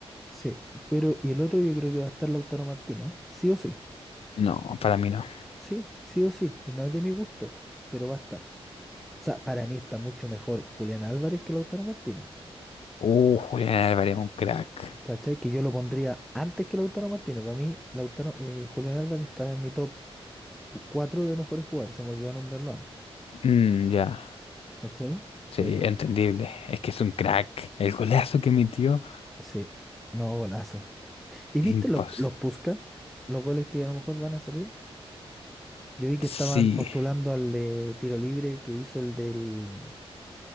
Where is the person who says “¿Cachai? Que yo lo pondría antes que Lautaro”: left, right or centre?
Centre